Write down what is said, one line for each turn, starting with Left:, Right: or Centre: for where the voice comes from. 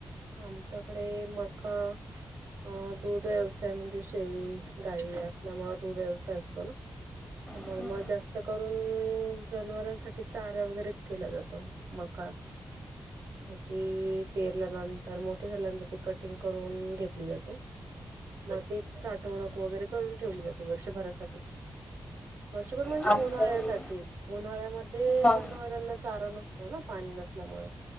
Right: आमच्याकडे मका अ दूध व्यवसाय म्हणजे शेळी गाई असल्यामुळे दूध व्यवसाय असतो ना. त्यामुळे
Left: हं,
Right: मग जास्त करून जनावरांसाठी चारा वगैरेच केला जातो. मका म ते पेरल्यानंतर तर मोठी झाल्यानंतर ती कटिंग करून घेतली जाते. मग तिच साठवणूक वगैरे करून ठेवली जाते वर्षभरासाठी. वर्षभर म्हणजे
Left: हं, हं. ओके आमच्याकडे
Right: उन्हाळ्यासाठी उन्हाळ्यामध्ये
Left: हां
Right: जनावरांना चारा नसतो. हो ना पाणी नसल्यामुळे